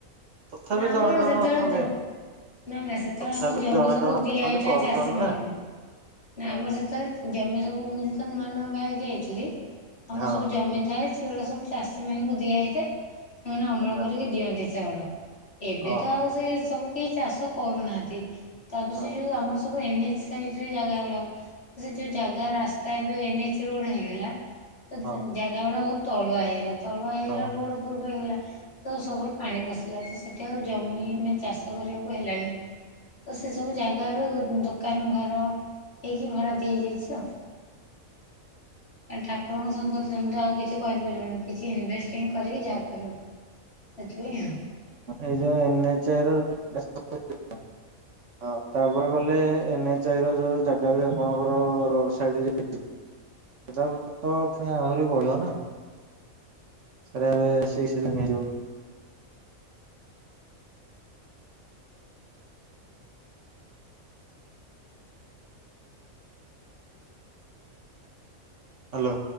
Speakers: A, on the right (about 60°); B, on the left (about 45°).
A: ତଥାପି
B: ନା ଆମର
A: ଜଣେ ଜଣେ
B: ଯେତେବେଳେ
A: ଅଛନ୍ତି।
B: ଦିଅ ନା ନା ସେତେବେଳେ
A: ତଥାପି
B: ଆମ ଜମି
A: ଜଣେ
B: ସବୁ
A: ଜଣେ
B: ଦିଆ
A: ଅଛନ୍ତି
B: ହେଇଥାଏ
A: କରୁଛନ୍ତି
B: ଚାଷୀ ମାନଙ୍କୁ
A: ନା
B: ନା
A: ହୁଁ
B: ଆମର
A: ହୁଁ
B: ସେତେବେଳେ ଜମି ସବୁ ମୁଁ ଯେତେ ବେଳେ ନୂଆ ନୂଆ ବାହା ହେଇକି ଆଇଥିଲି ଆମର
A: ହଁ
B: ସବୁ ଜମି ଥାଏ ସେଇଗୁଳା ସବୁ ଚାଷୀମାନଙ୍କୁ ଦିଆ ହେଇଥାଏ। ସେମାନେ ଅମଳ
A: ଆଚ୍ଛା
B: କରିକି ଦିଅନ୍ତି ଚାଉଳ। ଏବେ
A: ଓହୋ।
B: ତ ଆଉ ସେ ସବୁ କେହି ଚାଷ କରୁନାହାନ୍ତି। ତାପରେ
A: ହଁ
B: ସେ ଯୋଉ ଆମ ସ ବୁ ଏନ ଏଚ ସାଇଡ୍ ରେ ଜାଗା ଗୁଡ଼ାକ ତ ସେ ଯେଉଁ ଜାଗା ରାସ୍ତା ଏବେ ଏନ୍ ଏଚ୍ ରୋଡ଼୍ ହେଇଗଲା ତ
A: ହଁ
B: ଜାଗା ଗୁଡ଼ା ବହୁତ ତଳୁଆ ହେଇଗଲା ତଳୁଆ ହେଇଗଲା
A: ହଁ
B: ରୋଡ଼ ଉପରକୁ ହେଇଗଲା। ତ ସବୁଳେ ପାଣି ପଶିଲା ତ ସେଠି ଆଉ ଜମି ମାନେ ଚାଷ କରିବାକୁ ହେଲାନି। ତ ସେସବୁ ଜାଗା ଏବେ ଦୋକାନ ଘର ହେଇକି ଭଡ଼ା ଦିଆଯାଇଛି ଆଉ। ଠାକୁରଙ୍କ ସମ୍ପତ୍ତି ତମେ ତ ଆଉ କିଛି କରିପାରିବନି କିଛି ଇନଭେଷ୍ଟିଂ କରିକି ଯାହା କରିବୁ। ସେଥିପାଇଁ ଆଉ।
A: ଏ ଯୋଉ ଏନ୍ ଏଚ୍ ରୋଡ଼ <unintelligible> ହଁ ତାପରେ ଗଲେ ଏନ୍ ଏଚ ଆଇ ର ଯୋଉ ଜାଗା ବି ଆପଣଙ୍କର ରୋଡ଼ ସାଇଡ୍ ଯେ <unintelligible> <unintelligible> ପୁଣି ଆହୁରି ବଢ଼ିବ ନା। <unintelligible> ହାଲୋ।